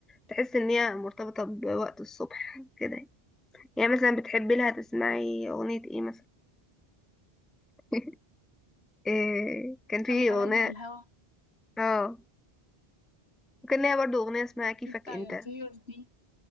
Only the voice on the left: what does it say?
نسم
علينا
الهوى
في بتاع
يا طير دي